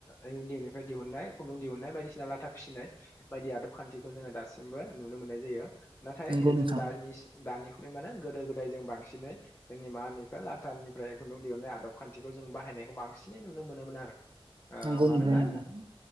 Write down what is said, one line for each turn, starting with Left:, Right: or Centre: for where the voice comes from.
Left: इन्दि एम्फौनिफ्राय दिहुननाय खुन्दुं दिहुननाय, बायदिसिना लाथा फिसिनाय बायदि आदब खान्थिखौ जोङो दासिमबो नुनो मोननाय जायो। नाथाय
Right: नंगौ नोंथां
Left: जों दानि दानिख्रुइ माने गोदो गोदाय जों बांसिनै जोंनि मा होनो इखो लाटारनिफ्राय खुन्दुं दिहुननाय आदब खान्थिखौ, जों बाहायनायखौ बांसिनै नुनो मोनोमोन आरो ओ
Right: नंगौ
Left: मानोना
Right: नोंथां नंगौ